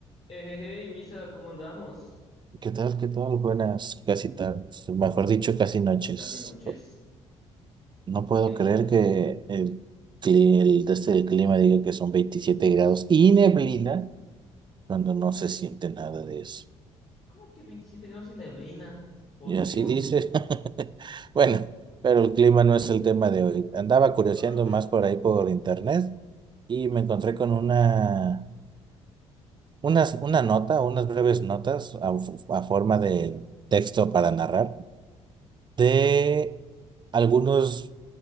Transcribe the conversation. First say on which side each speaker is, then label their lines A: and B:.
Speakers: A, on the left (about 40°); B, on the right (about 30°).
A: Hey, Misa, ¿cómo andamos?
B: ¿Qué tal? ¿Qué tal? Buenas casi tardes, mejor dicho, casi noches.
A: Casi noches.
B: No puedo
A: ¿Qué onda?
B: creer que el, cli- el, desde el clima diga que son 27 grados y neblina cuando no se siente nada de eso.
A: ¿Cómo que 27 grados sin neblina? Por
B: Y
A: Dios.
B: así dice. <laughs> Bueno, pero el clima no es el tema de hoy. Andaba curioseando
A: A ver.
B: más por ahí por internet y me encontré con una, unas, una nota, unas breves notas a a forma de texto para narrar de algunos